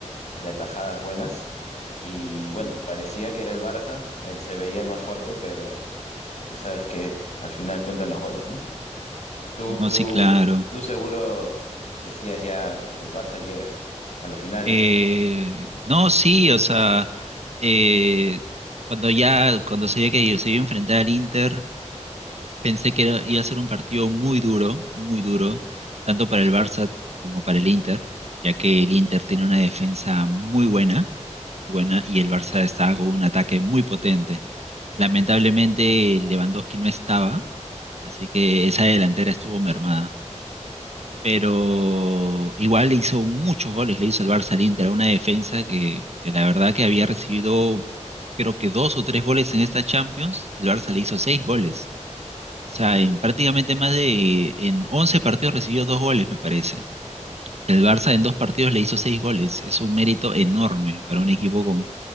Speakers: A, on the left; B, on the right.
A: de atajadas buenas y bueno, parecía que era el Barça, eh, se veía el más fuerte, pero tú sabes que al final cuentan los goles, ¿no? Tú,
B: No,
A: tú,
B: sí, claro.
A: tú seguro decías ya el Barça llega a la final.
B: Eh, no, sí, o sea, eh, cuando ya, cuando sabía que se iba a enfrentar al Inter, pensé que era- iba a ser un partido muy duro, muy duro, tanto para el Barça como para el Inter, ya que el Inter tiene una defensa muy buena, buena, y el Barça estaba con un ataque muy potente. Lamentablemente, Lewandowski no estaba, así que esa delantera estuvo mermada pero igual le hizo muchos goles, le hizo el Barça al Inter, a una defensa que, que la verdad que había recibido creo que dos o tres goles en esta Champions, el Barça le hizo seis goles. O sea,
A: Sí,
B: en prácticamente más de, en 11 partidos recibió dos goles, me parece. El Barça en dos partidos le hizo seis goles. Es un mérito enorme para un equipo con-